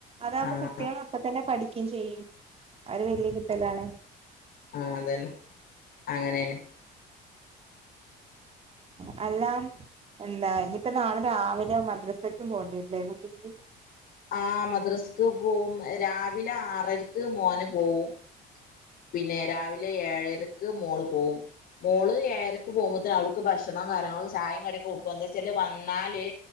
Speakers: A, on the right; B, on the left.
A: അതാകുമ്പോ
B: ആഹ്
A: കുട്ടികള അപ്പ തന്നെ പഠിക്കയും ചെയ്യും ആര് വല്ിയ കിട്ടലാണ്
B: ആ അതന്നെ അങ്ങനെയന്ന
A: ആ എല്ലാം എന്താ ഇനി തന്നെ ആള് രാവിലെ മദ്രസക്കും പോണ്ടിരല്ലേ കുട്ട ഉ
B: ആ മദ്രസ്ക്ക് പോവും രാവിലെ ആറരക്ക് മോന് പോവും പിന്നെ രാവിലെ ഏഴരക്ക് മോള് പോകവും മോള് ഏഴരക്ക് പോകുമ്പോത്തേും അവൾക്ക് ഭക്ഷണം കങ്ങളും ചായം കടൊക്കെ കൊടുക്കും എന്താ വെച്ചാല് വന്നാല്